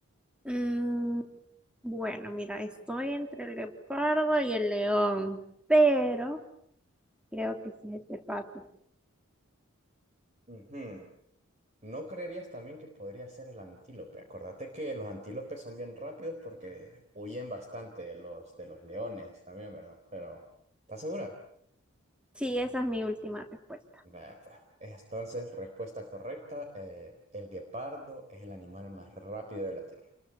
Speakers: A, in the centre; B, on the right (about 35°).
A: Mm, bueno, mira, estoy entre el leopardo y el león, pero creo que sí es el pato.
B: Ujú. ¿No creerías también que podría ser el antílope? Acordate que los antílopes son bien rápidos porque huyen bastante de los, de los leones también, ¿verdad? Pero, ¿estás segura?
A: Sí, esa es mi última respuesta.
B: Vaya, pues. Entonces, respuesta correcta, eh, el guepardo es el animal más rápido de la Tierra.